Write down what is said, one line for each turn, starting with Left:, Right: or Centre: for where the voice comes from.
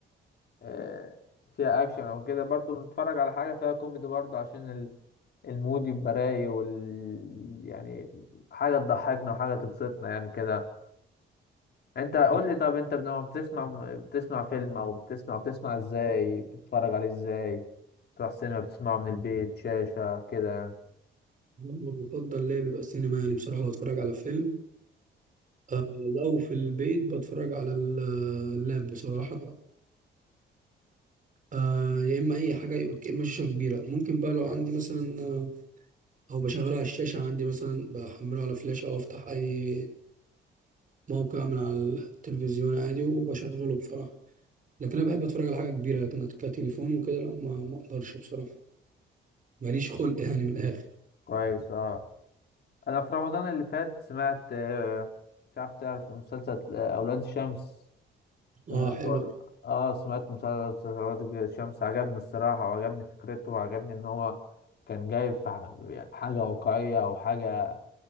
Left: آه، فيها اكشن او كده برضو بنتفرج على حاجة فيها كوميدي برضو عشان ال- المود يبقى رايق وال يعني حاجة تضحكنا وحاجة تبسطنا يعني كده انت قول
Right: طب
Left: لي طب انت لما بتسمع بتسمع فيلم او بتسمع بتسمع ازاي بتتفرج عليه ازاي تروح سينما بتسمعه من البيت شاشة كده يعني
Right: المفضل ليا بيبقى السينما يعني بصراحه لو اتفرج على فيلم آه لو في البيت بتفرج على ال- اللاب بصراحه آه يا اما اي حاجه يا اما شاشه كبيره ممكن بقى لو عندي مثلا آه، او بشغله على الشاشه عندي مثلا بحمله على فلاش او افتح اي موقع من على التلفزيون عادي وبشغله بصراحه لكن انا بحب اتفرج على حاجه كبيره لكن كتليفون وكده لا ما ما اقدرش بصراحه ماليش خلق يعني من الاخر
Left: كويس اه انا في رمضان اللي فات سمعت آه، مش عارف تعرف مسلسل آه، اولاد الشمس
Right: اه
Left: سمعت
Right: حلو
Left: ولا اه سمعت مسلسل اولاد الشمس عجبني الصراحه وعجبني فكرته وعجبني ان هو كان جايب في ح- يعني حاجه واقعيه او حاجه